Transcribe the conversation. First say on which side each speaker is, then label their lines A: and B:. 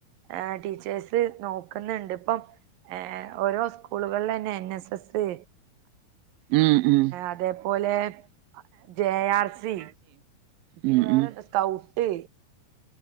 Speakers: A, on the right; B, on the right.
A: ആ ടീച്ചേഴ്സ് നോക്കുന്നുണ്ട് ഇപ്പം ഓരോ സ്കൂളുകളിലന്നെ എൻ എസ് എസ്
B: ഉം ഉം
A: അതേപോലെ ജെ ആർ സി പിന്നെ
B: ഉം
A: വേറെന്താ
B: ഉം
A: സ്കൗട്ട്